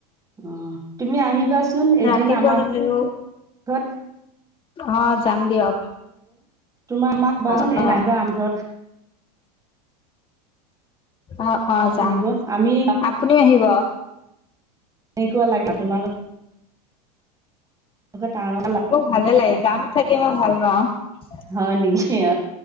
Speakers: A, on the right (about 15°); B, on the left (about 25°).
A: উম তুমি আহিবাচোন এদিন
B: ৰাতিপুৱা
A: আমাৰ
B: দিলেও
A: ঘৰত তত
B: অ যাম দিয়ক
A: তোমাৰ আমাক কোৱাচোন
B: অ
A: এদিন
B: অ
A: আহিবা আমাৰ ঘৰত
B: অ অ যাম
A: ফুৰিব আমি
B: আপুনি আহিব
A: একুৱা লাগে তোমালোক টাউনৰ
B: মোৰ ভালে লাগে গান থাকি মই ভাল পাওঁ
A: হয় নেকি অ